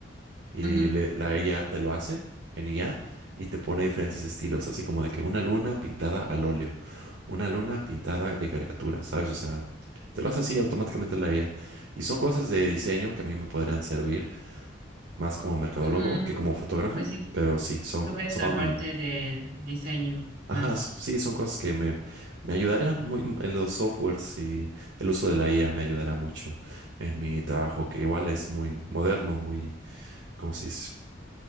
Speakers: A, on the right; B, on the right.
A: Y
B: ujú,
A: le- la IA te lo hace en IA y te pone diferentes estilos, así como de que una luna pintada al óleo, una luna pintada de caricatura, ¿sabes? O sea, te lo hace así automáticamente la IA. Y son cosas de diseño que a mí me podrían servir más como mercadólogo
B: ujú.
A: que como fotógrafo,
B: Pues sí,
A: pero sí, son,
B: Tú
A: co-
B: ves
A: son,
B: la parte del diseño
A: ajá,
B: más,
A: sí, son cosas que me, me ayudarían muy en los softwares y el uso de la IA me ayudará mucho en mi trabajo, que igual es muy moderno, muy, ¿cómo se dice?